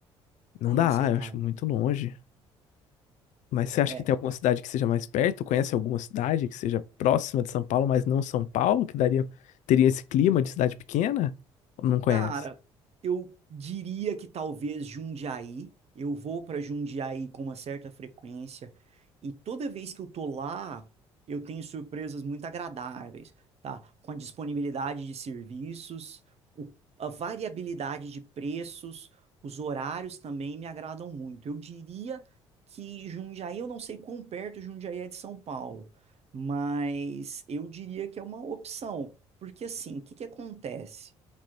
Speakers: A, on the left; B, on the right.
A: Não dá,
B: Inaceitável.
A: eu acho muito longe. Mas você acha
B: É.
A: que tem alguma cidade que seja mais perto? Conhece alguma cidade que seja próxima de São Paulo, mas não São Paulo, que daria, teria esse clima de cidade pequena? Ou não conhece?
B: Cara, eu diria que talvez Jundiaí. Eu vou para Jundiaí com uma certa frequência e toda vez que eu tô lá, eu tenho surpresas muito agradáveis, tá? Com a disponibilidade de serviços, o- a variabilidade de preços, os horários também me agradam muito. Eu diria que Jundiaí, eu não sei quão perto Jundiaí é de São Paulo, mas eu diria que é uma opção, porque assim, o que que acontece?